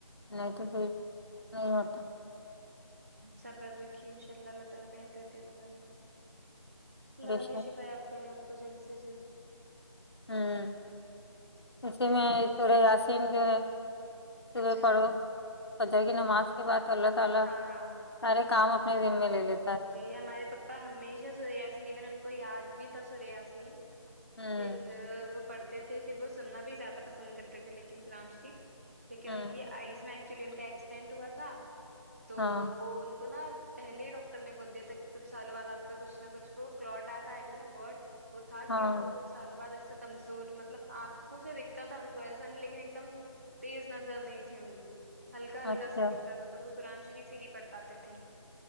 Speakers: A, on the left; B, on the right.
A: نہیں تو پھر نہیں ہوتا
B: صبر رکھیے انشاء اللہ اللہ تعالی بہتر کریں گا آپ کو اللہ
A: بے
B: تعالی
A: شک
B: شفا یاب کریے آپ کو جلد سے جلد
A: ہوں اسی میں سورے یسین جو ہے صبح
B: اچھا
A: پڑھو فجر کی نماز کے بعد اللہ تعالی
B: ہاں ہاں
A: سارے کام اپنے زمے لے لے
B: جی ہمارے پپا ہمیشہ سورہ یسین ایون ان کو یاد بھی تھا سوره یسین
A: ہمم
B: پجر وہ پڑھ تھے پھر وہ سننا بھی زیادہ پسند کرتے تھے لیکن قرآن شریف لیکن
A: ہوں
B: ان کی آئز نہ اکچولی ان کا ایکسڈینٹ ہوا تھا تو
A: ہاں
B: وہ ان کو نا پہلے ڈاک کٹر نے بول دیا تھا کہچھ سالوں بعد آپ کا کھ نہ کچ وہ کلٹ آیا تھا آئی ڈونٹ نو وورڈ وہ تھا
A: ہاں
B: کہ ان کو کچھ سالوں بعد ایسا کمزور مطلب آنکھوں سے دکھتا تھا ان کو ایسا نہیں لیکن ایک دم تیز نظر نہیں تھی ان کی ہلکا ہلکا
A: اچھا
B: ساہی
A: ہوں
B: دکھتا تھا تب وہ قرآن شریف ہی نہیں پڑھ پاتے تھے